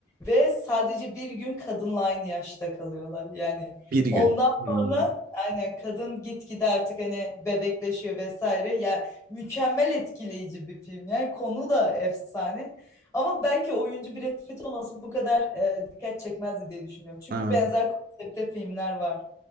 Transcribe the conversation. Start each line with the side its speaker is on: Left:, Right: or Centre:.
Left: ve sadece bir gün kadınla aynı yaşta kalıyorlar yani.
Right: Bir gün.
Left: Ondan
Right: Hmm.
Left: sonra aynen kadın gitgide artık hani bebekleşiyor vesaire. Ya mükemmel etkileyici bir film yani konu da efsane. Ama belki oyuncu Brad Pitt olması bu kadar e, dikkat çekmezdi diye düşünüyorum. Çünkü
Right: Evet.
Left: benzer konsepte filmler var.